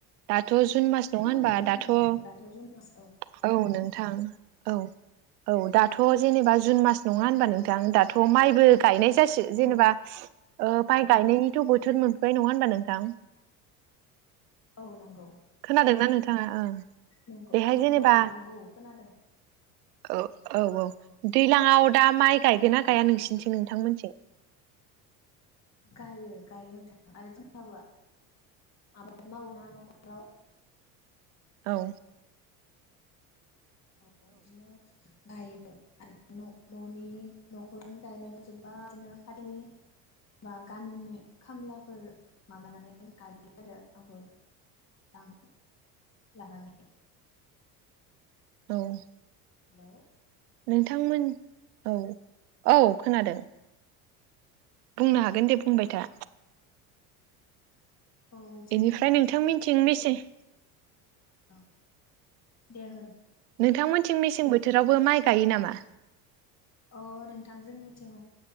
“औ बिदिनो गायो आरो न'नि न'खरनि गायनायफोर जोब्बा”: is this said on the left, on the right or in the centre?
Left